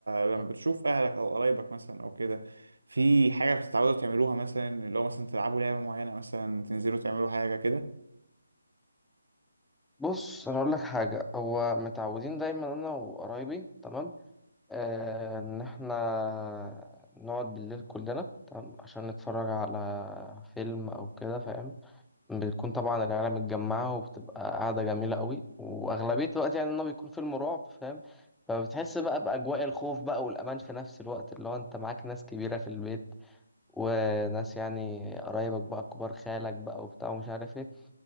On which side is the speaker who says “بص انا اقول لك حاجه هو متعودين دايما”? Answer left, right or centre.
Centre